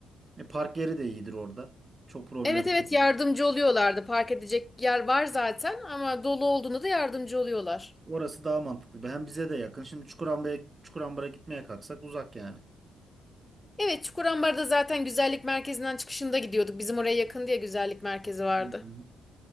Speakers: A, on the right; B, on the left.
A: E, park yeri de iyidir orada. Çok problem
B: Evet evet
A: değil.
B: yardımcı oluyorlardı. Park edecek yer var zaten ama dolu olduğunda da yardımcı oluyorlar.
A: Orası daha mantıklı. Hem bize de yakın. Şimdi Çukurambara'ya Çukurambar'a gitmeye kalksak uzak yani.
B: Evet Çukurambar'da zaten güzellik merkezinden çıkışında gidiyorduk. Bizim oraya yakın diye güzellik merkezi vardı.
A: Hı hı.